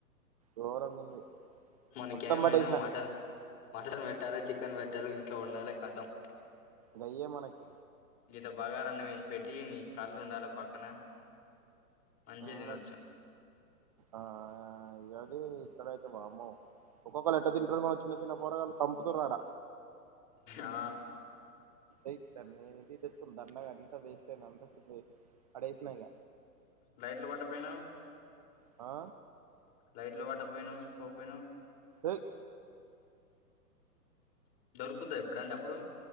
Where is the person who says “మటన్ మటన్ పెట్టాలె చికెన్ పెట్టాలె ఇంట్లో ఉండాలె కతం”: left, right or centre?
Left